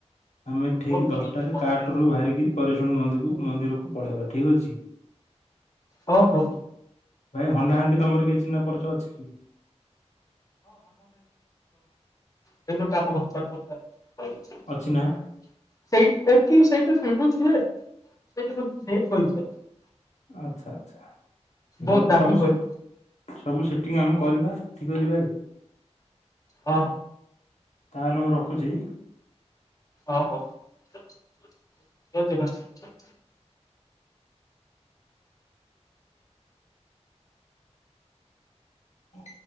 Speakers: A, on the left; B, on the left.
A: ଆମେ ଠିକ
B: ହଉ ଠିକ୍
A: ଦଶଟାରେ
B: ଅଛି, ମୁଁ ମନେ
A: କାଟ
B: କରିବି।
A: ରୁ ବାହାରିକି କରେଶୁଆଣି ମନ୍ଦିକୁ ମନ୍ଦିରକୁ ପଳେଇବା ଠିକ ଅଛି।
B: ହଁ ହଉ।
A: ଭାଇ ହଣ୍ଡାହାଣ୍ଡି ତମର କିଏ ଚିହ୍ନା ପରଚ ଅଛି କି?
B: <unintelligible> ସିଏ
A: ଅଛି ନା
B: <unintelligible> ସେ କହିଛ
A: ଆଛା ଆଚ୍ଛା ଠିକ
B: ବହୁତ
A: ଅଛି
B: ଦାମୀ
A: ସବୁ
B: କହିବ
A: ସେ ସବୁ ସେ ଟିଙ୍ଗ ଆମେ କରିବା ଠିକ ଅଛି ଭାଇ
B: ହ
A: ତାହେଲେ ମୁଁ ରଖୁଛି।
B: ଓହୋ କେତେ ଟ
A: ଆ